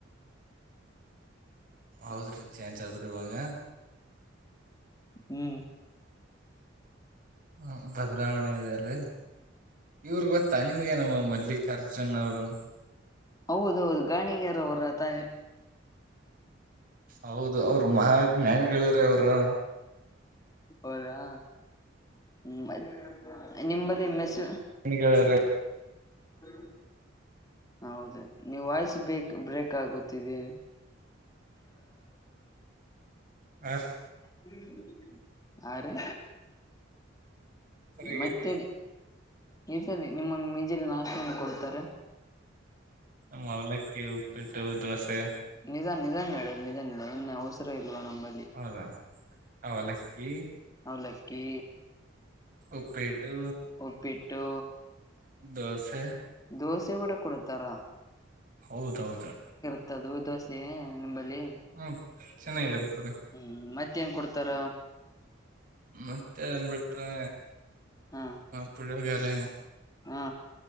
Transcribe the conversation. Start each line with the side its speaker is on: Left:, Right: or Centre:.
Right: ಹೌದ್ರಿ ಚೇಂಜ್ ಆದ್ರಿ ಇವಾಗ
Left: ಹ್ಮ್
Right: ಹ ಭದ್ರಾವಣ ದಲ್ಲ ಇವ್ರಗ್ ಗೊತ್ತಾ ನಿಮ್ಗೆ ನಮ್ಮ ಮಲ್ಲಿ ಖರ್ಜುನ ಅವ್ರು
Left: ಹೌದೌದು ಗಾಣಿಗರ ಅವರ ತಾಯ
Right: ಹೌದು ಅವ್ರು ಮಹಾಾಜ್ಞಾನಿಗಳ್ರೀ ಅವ್ರು
Left: ಹೌದಾ ಹ್ಮ್ ನಿಂಬಲ್ಲಿ ಮೆಸು
Right: ಮಹಾಜ್ಞಾನಿಗಳಾರೆ
Left: ಹೌ ಹೌದು ನೀವು ವಾಯ್ಸ್ ಬೇಕ್ ಬ್ರೇಕ್ ಆಗುತ್ತಿದೀ
Right: ಹಾ
Left: ಹ್ಮ ಆ ರೀ
Right: ಆಗೈತಲ್ಲ
Left: ಮತ್ತೆ ಈ ಸರಿ ನಿಮ್ಮ ಮಂಜಲಿ ನಾಶನ್ನು ಕೊಡ್ತಾರೆ
Right: ನ ಅವ್ಲಕ್ಕ ಉಪ್ಪಿಟ್ಟು ದೋಸೆ
Left: ನಿಜ ನಿಧಾನ ಹೇಳಡ ನಿಜ ನಿ ಇನ್ನ ಅವಸರ ಇಲ್ವಾ ನಂಬಗ್
Right: ಹೌದಾ ಅವಲಕ್ಕಿ
Left: ಅವಲಕ್ಕಿ
Right: ಉಪ್ಪೇಟ್ಟು
Left: ಒಪ್ಪಿಟ್ಟು
Right: ದಸ
Left: ದೋಸೆ ಕಡ ಕೊಡ್ತಾರಾ
Right: ಹೌದೌದು
Left: ಮದು ದೋಸೆ ನಿಂಬಲ್ಲಿ
Right: ಹ್ಮ ಚೆನ್ನಾಗಿರ್ತಾರೆ
Left: ಹ್ಮ್ ಮತ್ತೆ ನ್ ಕೊಡ್ತಾರ
Right: ಮತ್ತೆ ಅದನ್ ಬಿಟ್ರೆ
Left: ಹಾ
Right: ಪುಳಿಯಗ್ಯಾರೆ
Left: ಹಾ